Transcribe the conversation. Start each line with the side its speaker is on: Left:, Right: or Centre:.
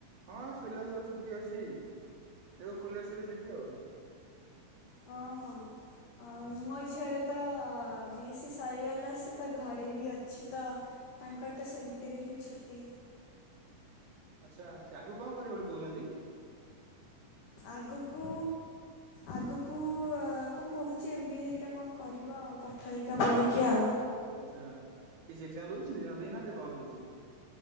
Right: ହଁ ଫିଲାଲ ତ ଛୁଟି ଅଛି ଯେବେ ଖୋଲି ଆସିବି ଯିବି ଆଉ।
Left: ହଁ ହଁ ଆଉ ମୋ ଝିଅର ତ ବିଏ ସି ସରିଗଲା ସେ ତ ଘରେ ହିଁ ଅଛି ତ। ତାଙ୍କର ତ ସେମିତିରେ ହିଁ ଛୁଟି।
Right: ଆଚ୍ଛା ସେ ଆଗକୁ କଣ କରିବେ ବୋଲି କହୁଛନ୍ତି?
Left: ଆଗକୁ ଆଗକୁ କଣ କହୁଛି ଏମ୍ ବି ଏ ହେରିକା କଣ କରିବ ଆଉ ପାଠ ହେରିକା ପଢ଼ିକି ଆଉ।
Right: ଆଚ୍ଛା କିଛି ଏଗଜାମ ଦଉଛନ୍ତି ଦେଇନାହାନ୍ତି ଏପନ୍ତ କିଛି?